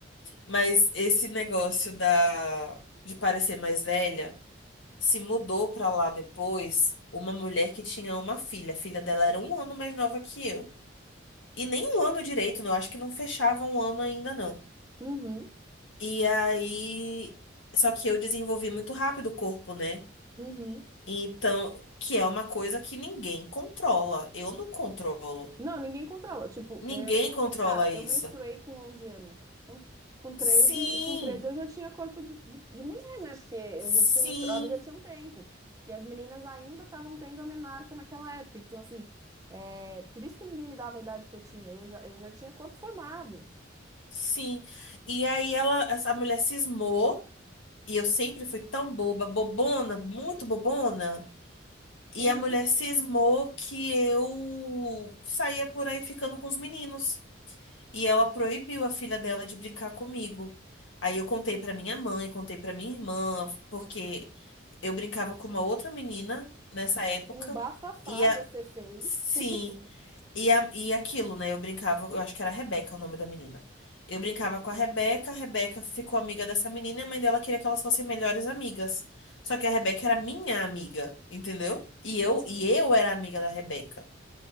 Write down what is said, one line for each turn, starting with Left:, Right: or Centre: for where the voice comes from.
Left: mas esse negócio da de parecer mais velha se mudou pra lá depois uma mulher que tinha uma filha. A filha dela era um ano mais nova que eu. E nem um ano direito, né? eu acho que não fechava um ano ainda não.
Right: Uhum.
Left: E aí, só que eu desenvolvi muito rápido o corpo, né?
Right: Uhum.
Left: Então, que é uma coisa que ninguém controla. Eu não controlo.
Right: Não, ninguém controla. Tipo,
Left: Ninguém
Right: é,
Left: controla
Right: cara,
Left: isso.
Right: eu menstruei com 11 anos. Com, com 13,
Left: Sim,
Right: e com 13 eu já tinha corpo de, de, de mulher, né? Porque eu
Left: sim,
Right: já tinha menstruado, já tinha um tempo. E as meninas ainda estavam tendo a menarca naquela época. Então, assim, é, por isso que ninguém me dava a idade que eu tinha. Eu já, eu já tinha corpo formado.
Left: sim. E aí ela, essa mulher cismou, e eu sempre fui tão boba, bobona, muito bobona. E
Right: Uhum.
Left: a mulher cismou que eu saía por aí ficando com os meninos. E ela proibiu a filha dela de brincar comigo. Aí eu contei pra minha mãe, contei pra minha irmã, porque eu brincava com uma outra menina nessa época.
Right: Um bafafá
Left: E a...
Right: você fez.
Left: sim.
Right: <laughs>
Left: E, a- e aquilo, né? Eu brincava, eu acho que era Rebeca o nome da menina. Eu brincava com a Rebeca, a Rebeca ficou amiga dessa menina e a mãe dela queria que elas fossem melhores amigas. Só que a Rebeca era minha amiga, entendeu? E
Right: Uhum.
Left: eu, e eu era amiga da Rebeca.